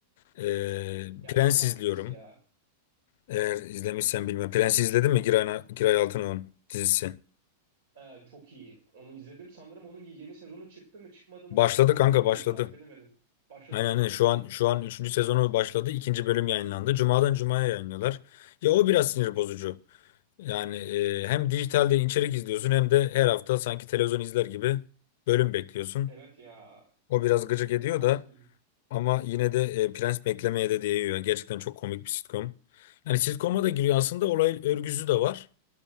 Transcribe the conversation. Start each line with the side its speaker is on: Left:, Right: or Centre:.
Left: Ee,
Right: Ya
Left: Prens
Right: en mantıklısı
Left: izliyorum.
Right: ya.
Left: Eğer izlemişsen bilmiyorum. Prens izledin mi Giray, Giray Altınok'un dizisi?
Right: Ee, çok iyi. Onu izledim. Sanırım onun yeni sezonu çıktı mı çıkmadı mı
Left: Başladı
Right: onu çok
Left: kanka
Right: bilmiyorum.
Left: başladı.
Right: Takip edemedim. Başladın
Left: Aynen
Right: mı?
Left: aynen.
Right: Çok
Left: şu
Right: iyi.
Left: an şu an üçüncü sezonu başladı. ikinci bölüm yayınlandı. Cuma'dan Cuma'ya yayınlıyorlar. Ya o biraz sinir bozucu. Yani e, hem dijitalde içerik izliyorsun hem de her hafta sanki televizyon izler gibi bölüm bekliyorsun.
Right: Evet ya.
Left: O biraz gıcık ediyor
Right: Çok
Left: da
Right: sıkıcı.
Left: ama yine de e, Prens beklemeye de değiyor. Gerçekten çok komik bir sitcom. Yani sitcom'a da giriyor aslında olay örgüsü de var.